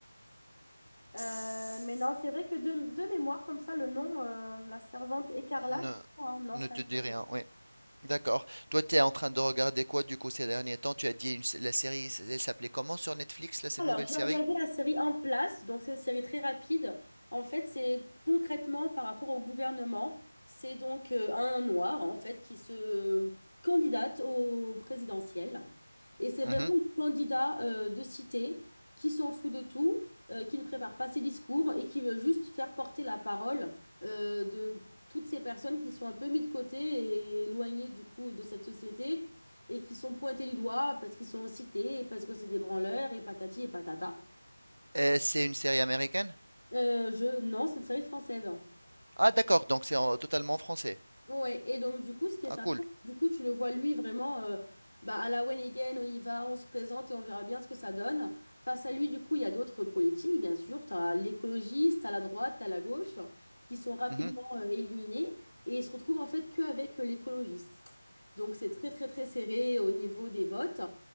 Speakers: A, on the left; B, on the right.
A: Euh,
B: S-
A: mais non, c'est vrai que de, de mémoire comme ça, le nom, euh, la servante écarlate,
B: Ne,
A: hein, non,
B: ne
A: ça
B: te
A: me
B: dis
A: dit rien.
B: rien, oui. D'accord. Toi, tu es en train de regarder quoi du coup ces derniers temps? Tu as dit une s- la série, s- elle s'appelait comment sur Netflix, là, cette
A: Alors,
B: nouvelle
A: j'ai
B: série?
A: regardé la série En place, donc c'est une série très rapide. En fait, c'est concrètement par rapport au gouvernement. C'est donc euh, un noir, en fait, qui se candidate au présidentiel. Et c'est
B: Mhm.
A: vraiment le candidat euh, de cité qui s'en fout de tout, euh, qui ne prépare pas ses discours et qui veut juste faire porter la parole euh, de toutes ces personnes qui sont un peu mises de côté et éloignées du coup de cette société et qui sont pointés du doigt parce qu'ils sont cités, et parce que c'est des branleurs, et patati et patata.
B: Et c'est une série américaine?
A: Euh, je... Non, c'est une série française.
B: Ah, d'accord, donc c'est en- totalement français.
A: Ouais, et donc du coup, ce qui est
B: Ah,
A: sympa,
B: cool.
A: c'est que du coup, tu le vois lui vraiment euh, bah, à la one again, on y va, on se présente et on verra bien ce que ça donne. Face à lui, du coup, il y a d'autres politiques, bien sûr. Tu as l'écologiste, à la droite, tu la gauche, qui sont rapidement
B: Mhm.
A: euh, éliminés et ils se retrouvent en fait qu'avec l'écologiste. Donc c'est très, très, très serré au niveau des votes.